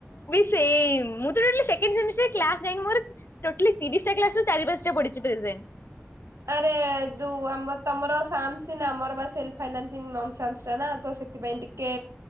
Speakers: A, on the left (about 55°); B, on the right (about 85°).
A: ସେମ୍ ମୁଁ ତ ଟୋଟାଲି ସେକେଣ୍ଡ ସେମିଷ୍ଟର କ୍ଲାସ୍ ଯାଇନି ମୋର ଟୋଟାଲି ତିରିଶଟା କ୍ଲାସ ରୁ ଚାରି ପାଞ୍ଚା ପଡିଛି ପ୍ରେଜେଣ୍ଟ।
B: ଆରେ ଦୁ ଆମର ତମର ସାମସିନ୍ ଆମର ବା ସେଲ୍ ଫାଇନା ସିନ୍ ନନ୍ <unintelligible> ସେଥିପାଇଁ ଟିକେ